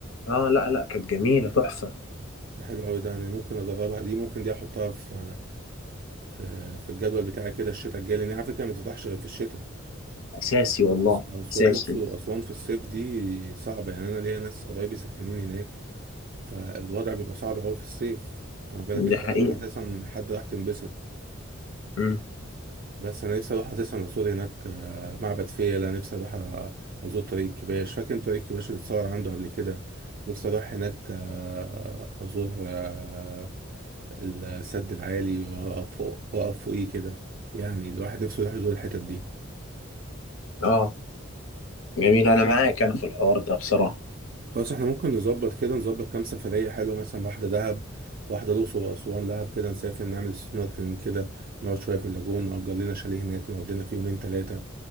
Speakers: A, on the left; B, on the right.
A: اه لا لا كانت جميله تحفه
B: ده حلو قوي ده يعني ممكن اجربها دي ممكن دي احطها في في في الجدول بتاعي كده الشتاء الجاي لان هي على فكره ما بتفتحش غير في الشتاء
A: اساسي والله
B: أس- أس-
A: اساسي
B: الاقصر واسوان في الصيف دي صعبه يعني انا ليا ناس قرايبي ساكنين هناك فالوضع بيبقى صعب قوي في الصيف فما بالك
A: دي
B: انت
A: حقيقة
B: رايح اساسا حد راح تنبسط
A: امم
B: بس انا نفسي اروح اساسا ازور هناك آه، معبد فيلة نفسي اروح أ- ازور طريق الكباش فاكر إن طريق الكباش اللي اتصور عنده قبل كده نفسي اروح هناك آه، ازور آه، السد العالي واقف فوق واقف فوقيه كده يعني الواحد نفسه يروح يزور الحتت دي
A: اه جميل انا معاك انا في الحوار ده بصراحة
B: خلاص احنا ممكن نظبط كده نظبط كام سفرية حلوة مثلا واحدة دهب واحدة الأقصر وأسوان دهب كده نسافر نعمل سنوركلينج كده نقعد شوية في اللاجون نأجر لنا شاليه هناك نقعد لنا فيه يومين تلاتة